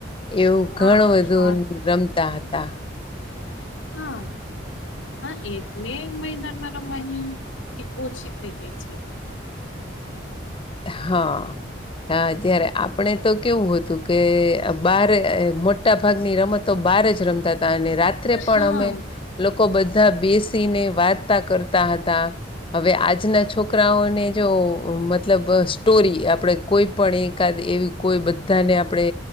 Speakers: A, on the left; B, on the left.
A: એવું
B: હા
A: ઘણું બધું રમતા હતા
B: હા હા એટલે મેૈદાનમાં ની એક ઓછી થઈ ગઈ છે
A: હા હ અત્યારે આપ આપણે તો કેવું હતું કે બાર મોટા ભાગની રમતો બાર જ રમતા અને રાત્રે પણ
B: હા
A: અમે લોકો બધા બેસીને વાત કરતા હતા હ આજના છોકરાઓને જો મતલબ સ્ટોરી આપણે કોઈ પણ એકાદ એવી કોઈ બધાને આપણે